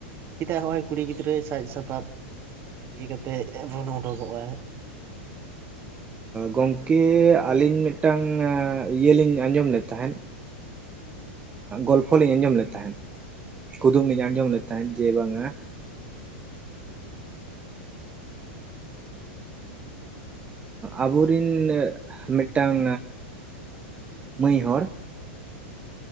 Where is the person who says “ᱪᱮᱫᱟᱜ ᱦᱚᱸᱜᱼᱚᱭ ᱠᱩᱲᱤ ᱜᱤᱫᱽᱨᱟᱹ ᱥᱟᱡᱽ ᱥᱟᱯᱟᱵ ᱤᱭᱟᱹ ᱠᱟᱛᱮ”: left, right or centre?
Right